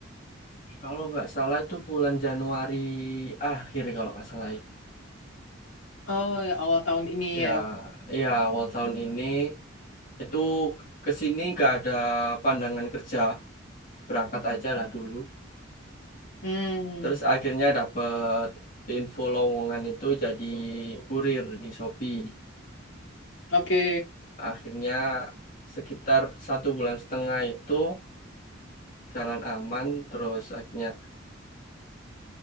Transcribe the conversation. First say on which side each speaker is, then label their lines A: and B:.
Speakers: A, on the left; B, on the left.
A: Kalau nggak salah itu bulan Januari akhir kalau nggak salah ya.
B: Oh, ya awal tahun ini
A: Ya,
B: ya.
A: ya awal tahun ini itu ke sini nggak ada pandangan kerja, berangkat aja lah dulu.
B: Hmm,
A: Terus akhirnya dapet info lowongan itu jadi kurir di Shopee.
B: oke,
A: akhirnya sekitar satu bulan setengah itu jalan aman terus akhirnya